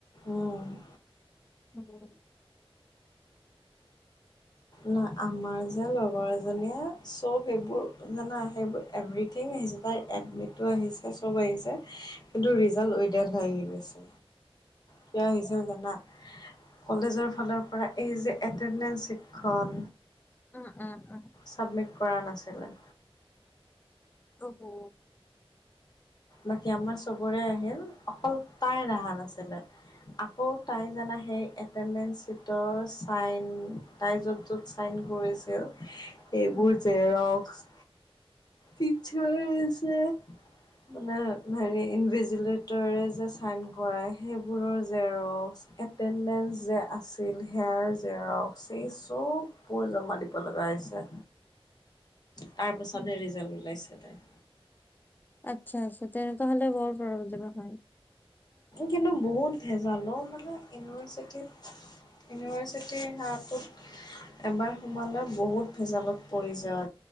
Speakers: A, on the left; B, on the left.
A: উম
B: উম।
A: ন আমাৰ যে লগৰ এজনীয়ে চব সেইবোৰ যানা সেইবোৰ এভিৰিথিং আহিছে তাই এডমিটোটো আহিছে চব আহিছে। কিন্তু ৰিজাল্ট উদাড হৈ আহি গৈছে। কিয় আহিছিল জানা কলেজৰ ফালৰ পৰা এই যে এডেডন্ট খন
B: উম, উম, উম।
A: চাবমিট কৰা নাছিলে।
B: অহ হো।
A: বাকী আমাৰ চবৰে আহিল অকল তাইৰ অহা নাছিলে। আকৌ তাই জানা সেই এটেন্টচ চিটৰ চাইন তাই য'ত য'ত চাইন কৰিছিল এইবোৰ
B: উম,
A: জেৰক্স পিছৰ আছে মানে হেৰি ইনভেজিলেটৰে যে চাইন কৰে সেইবোৰৰ জেৰক্স এটেন্টদেনচ যে আছিল সেয়াৰ জেৰক্স সেই চব কাপোৰ জমা দিব লগা হৈছে।
B: <inaudible>
A: তাৰ পাছতহে
B: উম,
A: ৰিজাল্ট ওলাইছে তাইৰ।
B: আচ্ছা, আচ্ছা তেনেকুৱা হ'লে বৰ প্ৰব্লেম হয়।
A: কিন্তু বহুত ভেজালো মানে ইউনিভাৰ্চিটিত। ইউনিভাৰ্চিটিৰ সেয়াটোত এবাৰ সোমালে বহুত ভেজালত পৰি যায় আৰু